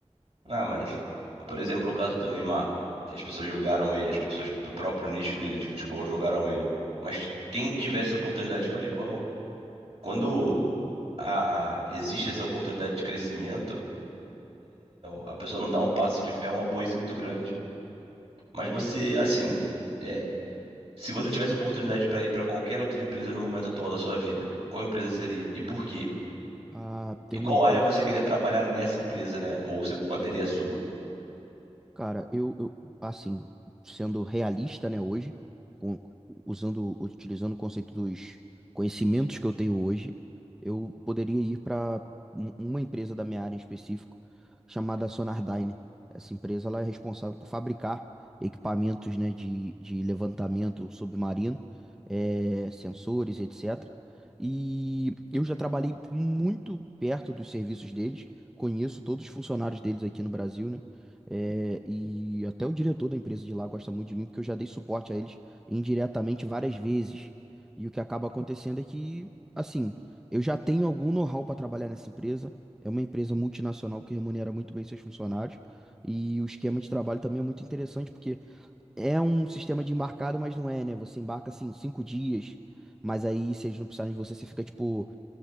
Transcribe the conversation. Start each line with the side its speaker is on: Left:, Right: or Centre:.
Right: Ah, mas, por exemplo, o caso do Neymar, que as pessoas julgaram ele, as pessoas do próprio nicho dele de futebol julgaram ele. Mas quem tivesse oportunidade faria igual. Quando a- existe essa oportunidade de crescimento, A pessoa não dá um passo de fé é uma burrice muito grande. Mas
Centre: É,
Right: você, assim, é, se você tivesse oportunidade para ir para qualquer outra empresa no momento atual da sua vida, qual empresa seria? E por quê?
Centre: a ter
Right: E qual
Centre: uma empresa.
Right: área você queria trabalhar nessa empresa, né? Ou você manteria a sua?
Centre: Cara, eu, eu, assim, sendo realista, né, hoje, com- usando, utilizando o conceito dos conhecimentos que eu tenho hoje, eu poderia ir para uma empresa da minha área em específico, chamada Sonardyne. Essa empresa, ela é responsável por fabricar equipamentos, né, de, de levantamento submarino, eh, sensores, etc. E eu já trabalhei muito perto dos serviços deles, conheço todos os funcionários deles aqui no Brasil, né? É, e até o diretor da empresa de lá gosta muito de mim, porque eu já dei suporte a eles indiretamente várias vezes. E o que acaba acontecendo é que, assim, eu já tenho algum know-how para trabalhar nessa empresa. É uma empresa multinacional que remunera muito bem seus funcionários. E o esquema de trabalho também é muito interessante, porque é um sistema de embarcado, mas não é, né? Você embarca, assim, cinco dias, mas aí, se eles não precisarem de você, você fica, tipo,